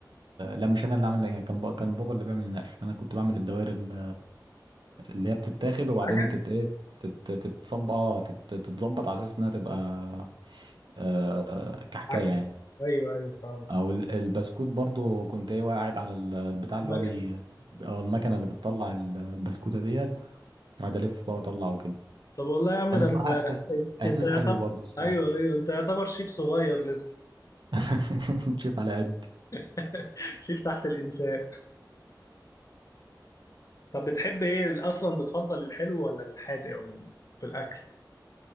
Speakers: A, on the right; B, on the left.
A: لا مش انا اللي عامل العجينه كان بقى كان بابا اللي بيعمل النقش انا كنت بعمل الدوائر ال- اللي هي بتتاخد وبعدين
B: حاجه
A: تت ايه تت- تتصب اه تت- تتظبط على اساس انها تبقى آه كحكايه
B: عجب.
A: يعني
B: ايوه ايوه فهمت
A: او ال- البسكوت برضو كنت ايه قاعد على ال- البتاع اللي
B: مكتب
A: هو بي او المكنه اللي بتطلع ال- البسكوته ديت قاعد الف بقى واطلع وكده
B: طب والله يا عم
A: كان
B: ده
A: الصراحه
B: انت
A: احساس احساس
B: انت يعتبر
A: حلو برضو الصراحه
B: ايوه ايوه انت يعتبر شيف صغير لسه
A: <laughs> شايف على قد
B: <laughs> شيف تحت الانشاء طب بتحب ايه اصلا بتفضل الحلو ولا الحادق عموما في الاكل